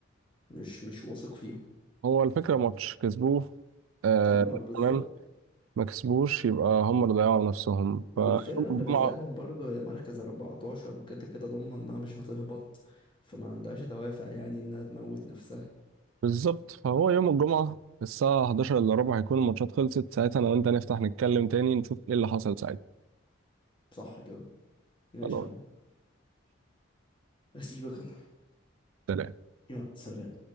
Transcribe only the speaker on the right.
هو الفكره ماتش كسبوه آه
تمام ما كسبوش يبقى هم اللي ضيعوا نفسهم
فيوم
الجمعه
بالظبط فهو يوم الجمعه الساعه 11 الا ربع هيكون الماتشات خلصت ساعتها انا وانت نفتح نتكلم تاني نشوف ايه اللي حصل ساعتها
خلاص
سلام